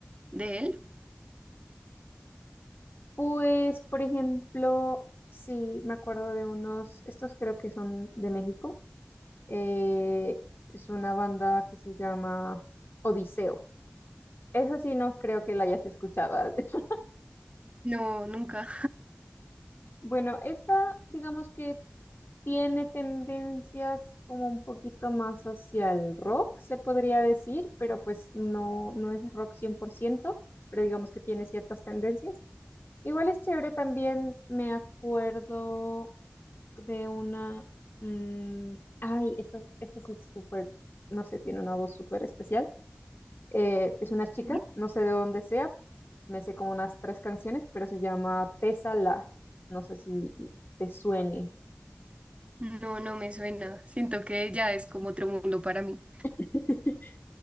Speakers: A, on the right; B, on the left.
A: de él?
B: Pues, por ejemplo, sí, me acuerdo de unos, estos creo que son de México Eh, es una banda que se llama Odiseo. Esa sí no creo que la hayas escuchado. <laughs>
A: No, nunca.
B: Bueno, esta digamos que tiene tendencias como un poquito más hacia el rock, se podría decir, pero pues no, no es rock cien por ciento pero digamos que tiene ciertas tendencias. Igual es chévere también, me acuerdo de una... mm, ay, esta, esta sí es súper, no sé, tiene una voz súper especial. Eh, es una chica,
A: <laughs>
B: no sé de dónde sea, me sé como unas tres canciones, pero se llama Tessa La. No sé si te suene.
A: No, no me suena. Siento que ya es como otro mundo para mí.
B: <laughs>